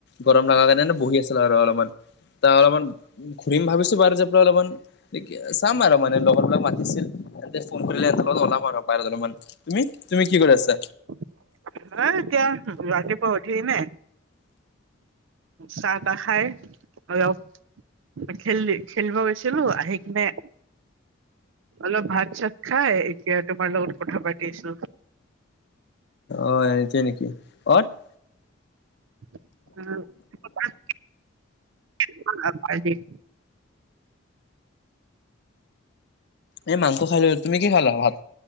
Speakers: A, on the left; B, on the right.
A: গৰম লগাৰ কাৰণে, বহি আছিল আৰু অলপমান। তাৰ, অলপমান ঘূৰিম ভাবিছোঁ বাৰু যাই পেলাই অলপমান। চাম আৰু মানে, লগৰবিলাক মাতিছিল, এহঁতে ফোন কৰিলে, এহঁতৰ লগত ওলাম আৰু। <unintelligible> তুমি, তুমি কি কৰি আছা?
B: <unintelligible> নাই, এতিয়া, ৰাতিপুৱা উঠি কেনে, চাহ-তাহ খায় আৰু খেলি খেলিব গৈছিলোঁ। আহি কিনে, অলপ ভাত-চাত খাই, এতিয়া তোমাৰ লগত কথা পাতি আছিলোঁ।
A: অ'! এতিয়াই নেকি? <unintelligible>
B: <unintelligible>
A: এই মাংস খালোঁ, তুমি কি খালা ভাত?